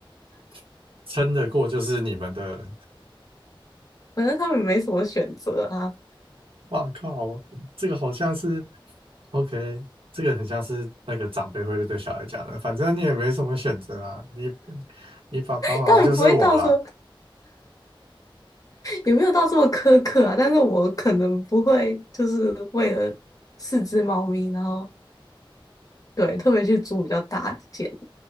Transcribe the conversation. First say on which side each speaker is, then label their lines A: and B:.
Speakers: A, on the right (about 80°); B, on the left (about 40°).
A: <laughs> 撑得过就是你们的，
B: 反正他们没什么选择啊，
A: 哇靠，这个好像是 OK，这个很像是那个长辈会对小孩讲的，反正你也没什么选择啊，你你爸爸妈妈就是我啦。
B: 当然不会到说也没有到这么苛刻啊，但是我可能不会就是为了四只猫咪，然后对特别去租比较大的间，